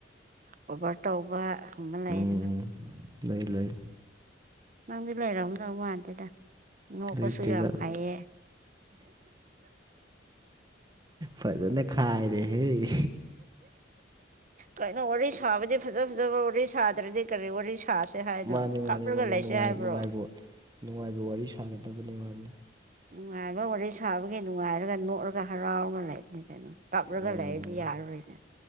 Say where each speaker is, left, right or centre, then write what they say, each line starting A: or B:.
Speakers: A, on the right; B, on the right.
A: ꯑꯣꯚꯔ ꯇꯧꯕꯒꯨꯝꯕ ꯂꯩꯗꯅ
B: ꯎꯝ ꯂꯩ ꯂꯩ
A: ꯅꯪꯗꯤ ꯂꯩꯔꯣ ꯅꯧ ꯃꯥꯟꯇꯦꯗ ꯅ
B: ꯂꯩꯇꯦꯗ
A: ꯀꯁꯨ ꯌꯥꯝꯝ ꯍꯥꯏꯌꯦ
B: ꯐꯖꯅ ꯈꯥꯏꯔꯦꯦ
A: ꯀꯩꯅꯣ ꯋꯥꯔꯤ ꯁꯥꯕꯗꯤ ꯐꯖ ꯐꯖꯕ ꯋꯥꯔꯤ ꯁꯥꯗ꯭ꯔꯗꯤ ꯀꯔꯤ ꯋꯥꯔꯤ ꯁꯥꯁꯦ ꯍꯥꯏꯅꯣ
B: ꯃꯥꯅꯤ ꯃꯥꯅꯦ
A: ꯀꯥꯞꯂꯒ
B: ꯃꯥꯅꯤꯅꯨꯡ
A: ꯂꯩꯁꯦ ꯍꯥꯏꯕ꯭ꯔꯣ
B: ꯅꯨꯡꯉꯥꯏꯕ ꯅꯨꯡꯉꯥꯏꯕ ꯋꯥꯔꯤ ꯁꯥꯒꯗꯕꯅꯤ ꯃꯥꯅꯤ
A: ꯅꯨꯡꯉꯥꯏꯕ ꯋꯥꯔꯤ ꯁꯥꯕꯒꯤ ꯅꯨꯡꯉꯥꯏꯔꯒ ꯅꯣꯠꯂꯒ ꯍꯔꯥꯎꯔꯒ ꯂꯩ ꯀꯩꯅꯣ ꯀꯞꯂꯒ
B: ꯎꯝ
A: ꯂꯩꯔꯗꯤ ꯌꯥꯔꯔꯣꯏꯅꯦ